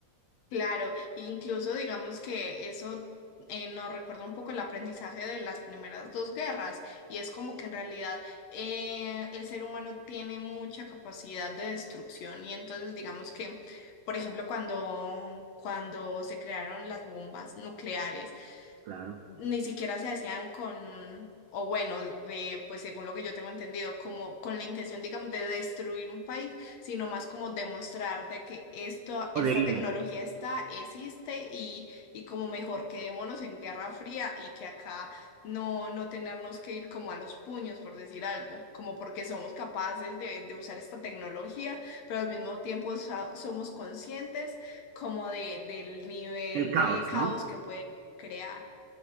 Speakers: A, on the left (about 65°); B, on the right (about 80°).
A: claro. Incluso digamos que eso eh, nos recuerda un poco el aprendizaje de las primeras dos guerras y es como que en realidad eh, el ser humano tiene mucha capacidad de destrucción y entonces digamos que, por ejemplo, cuando, cuando se crearon las bombas nucleares,
B: Claro.
A: ni siquiera se hacían con, o bueno, de, pues según lo que yo tengo entendido, como con la intención, digamos, de destruir un país, sino más como demostrar de que esto,
B: Podería.
A: esta tecnología está, existe y, y como mejor quedémonos en Guerra Fría y que acá no, no tenernos que ir como a los puños, por decir algo, como porque somos capaces de, de usar esta tecnología, pero al mismo tiempo so- somos conscientes como de, del nivel
B: del caos,
A: de caos
B: ¿no?
A: que puede crear.